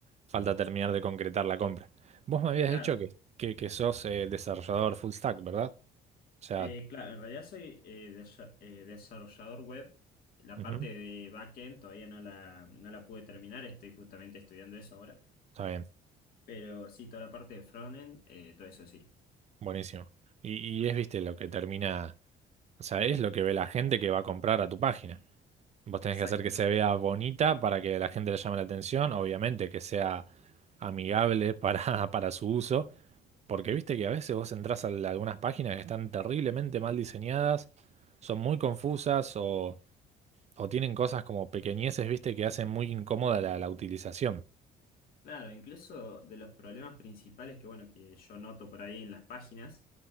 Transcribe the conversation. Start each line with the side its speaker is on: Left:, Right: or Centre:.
Right: falta terminar de concretar la compra. Vos me habías
Left: Claro,
Right: dicho que, que, que sos eh, desarrollador full stack, ¿verdad? O sea,
Left: eh, claro, en realidad soy eh, desa- eh, desarrollador web. La
Right: ujú,
Left: parte de backend todavía no la, no la pude terminar, estoy justamente estudiando eso ahora.
Right: está bien,
Left: Pero sí, toda la parte de frontend, eh, todo eso sí.
Right: buenísimo. Y, y es, viste, lo que termina, o sea, es lo que ve la gente que va a comprar a tu página. Vos
Left: Exacto,
Right: tenés que hacer que se vea bonita para que la gente le llame la atención, obviamente, que sea amigable para, <laughs> para su uso, porque viste que a veces vos entrás a algunas páginas que están terriblemente mal diseñadas, son muy confusas o o tienen cosas como pequeñeces, viste, que hacen muy incómoda la, la utilización.
Left: Claro, incluso de los problemas principales que, bueno, que yo noto por ahí en las páginas,